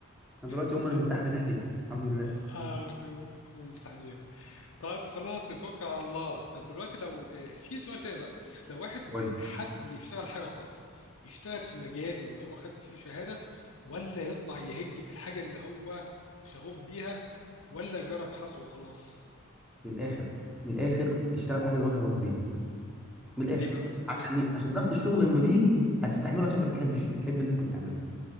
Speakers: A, in the centre; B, on the left (about 70°).
A: انا دلوقتي
B: بالظبط
A: هم اللي مستحملاني الحمد لله
B: اه ربنا هم مستحميين طيب خلاص نتوكل على الله طب دلوقتي لو آه، في سؤال تاني بقى لو واحد
A: قول لي
B: حب يشتغل حاجة خاصة يشتغل في مجاله اللي هو خد فيه شهادة ولا يطلع يهج في الحاجة اللي هو شغوف بيها ولا جرب حظه وخلاص
A: من الاخر من الاخر اشتغل في حاجه اللي هو شغوف بيها من الاخر
B: ليه بقى
A: عشان
B: ليه
A: ايه عشان ضغط الشغل لما بيجي هتستحمله عشان انت بتحبش بتحب اللي انت بتعمله